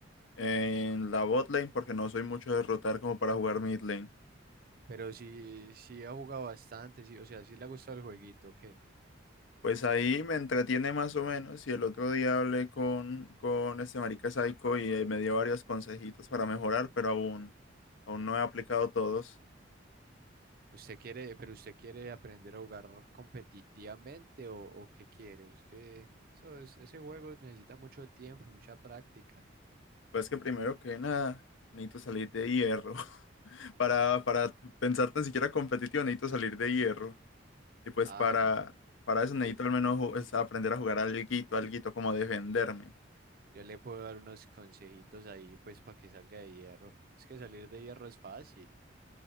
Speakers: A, on the left (about 80°); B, on the right (about 50°).
A: En la bot lane, porque no soy mucho de rotar como para jugar mid lane.
B: Pero sí, sí ha jugado bastante, sí, o sea, sí le ha gustado el jueguito, ¿o ¿qué?
A: Pues ahí me entretiene más o menos. Y el otro día hablé con, con este marica Psycho y eh, me dio varios consejitos para mejorar, pero aún, aún no he aplicado todos.
B: ¿Usted quiere, pero usted quiere aprender a jugar competitivamente o, o qué quiere? Es que eso es- ese juego necesita mucho tiempo, mucha práctica.
A: Pues que primero que nada, necesito salir de hierro. <laughs> Para, para pensar tan siquiera competitivo, necesito salir de hierro. Y pues
B: Ah,
A: para,
B: no, pero
A: para eso necesito
B: yo,
A: al menos ju- es aprender a jugar alguito, alguito como defenderme.
B: Yo le puedo dar unos consejitos ahí, pues, para que salga de hierro. Es que salir de hierro es fácil.